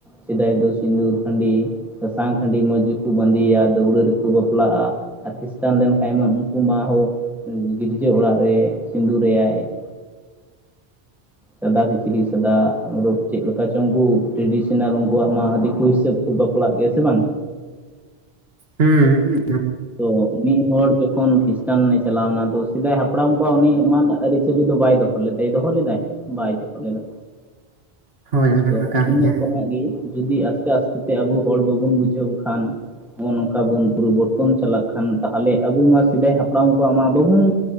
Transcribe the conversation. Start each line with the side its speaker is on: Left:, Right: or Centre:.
Centre: ᱥᱮᱫᱟᱭ ᱫᱚ ᱥᱤᱫᱩᱨ ᱠᱷᱟᱸᱰᱤ ᱥᱟᱥᱟᱝ ᱠᱷᱟᱸᱰᱤ ᱢᱚᱸᱡᱽ ᱜᱮᱠᱚ ᱵᱟᱸᱫᱮᱭᱟ ᱫᱟᱹᱣᱲᱟᱹ ᱨᱮᱠᱚ ᱵᱟᱯᱞᱟᱜᱼᱟ, ᱟᱨ ᱠᱷᱤᱥᱴᱟᱱ ᱞᱮᱱᱠᱷᱟᱡ ᱢᱟ ᱠᱩ ᱢᱟ ᱦᱚᱸ ᱜᱤᱨᱡᱟᱹ ᱚᱲᱟᱜ ᱨᱮ ᱥᱤᱸᱫᱩᱨᱭᱟᱭ ᱾ ᱥᱟᱫᱟ ᱠᱤᱪᱨᱤᱡ ᱥᱟᱫᱟᱨᱚᱵ ᱨᱳᱯ ᱪᱮᱫ ᱞᱮᱠᱟ ᱪᱚᱝ ᱩᱱᱠᱩ ᱴᱨᱮᱰᱤᱥᱚᱱᱟᱞ ᱩᱱᱠᱩᱣᱟᱜ ᱢᱟ ᱫᱤᱠᱩ ᱦᱤᱥᱟᱹᱵᱽ ᱠᱩ ᱵᱟᱯᱞᱟᱜ ᱜᱮᱭᱟ ᱥᱮ ᱵᱟᱝ!
Right: ᱦᱩᱸᱻ
Centre: ᱛᱚ ᱢᱤᱫ ᱦᱚᱲ ᱡᱚᱠᱷᱚᱱ ᱠᱷᱤᱥᱴᱟᱱᱮ ᱪᱟᱞᱟᱣ ᱮᱱᱟ ᱫᱚ᱾ ᱥᱮᱫᱟᱭ ᱦᱟᱯᱲᱟᱢ ᱠᱚᱣᱟᱜ ᱩᱱᱤ ᱮᱢᱟᱱ ᱟᱹᱨᱤᱪᱟᱹᱞᱤ ᱫᱚ ᱵᱟᱭ ᱫᱚᱦᱚ ᱞᱮᱫᱟᱭ᱾ ᱫᱚᱦᱚ ᱞᱮᱫᱟᱭ? ᱵᱟᱭ ᱫᱚᱦᱚ ᱞᱮᱫᱟ᱾
Right: ᱦᱳᱭ ᱚᱱᱟ
Centre: ᱛᱚ
Right: ᱢᱟ ᱠᱟᱱ
Centre: ᱤᱱᱟᱹ
Right: ᱜᱮᱭᱟ
Centre: ᱠᱚ ᱡᱩᱫᱤ ᱟᱥᱛᱮ ᱟᱥᱛᱮ ᱛᱮ ᱟᱵᱚ ᱦᱚᱲ ᱵᱟᱵᱚᱱ ᱵᱩᱡᱷᱟᱹᱣ ᱠᱷᱟᱱ ᱱᱚᱜ-ᱚ ᱱᱚᱝᱠᱟ ᱵᱚᱱ ᱯᱚᱨᱤᱵᱚᱨᱛᱚᱱ ᱡᱚᱛᱚᱱ ᱪᱟᱞᱟᱜ ᱠᱷᱟᱱ ᱛᱟᱦᱚᱞᱮ ᱟᱵᱚ ᱢᱟ ᱥᱮᱫᱟᱭ ᱦᱟᱯᱲᱟᱢ ᱠᱚᱣᱟᱜ ᱢᱟ ᱵᱟᱵᱚᱱ